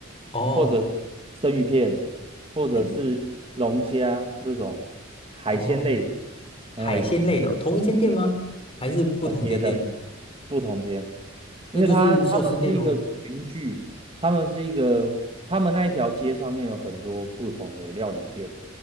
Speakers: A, on the left; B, on the right.
A: 哦，
B: 或者是生鱼片，或者是龙虾这种海鲜类的，
A: 诶，哦，海鲜类的哦，
B: 哎。
A: 同一间店吗？还是不同间店呢？
B: 呃，别的不同间，
A: 那就是寿司店喽。
B: 因为他他们是一个群聚，他们是一个，他们那一条街上面有很多不同的料理店。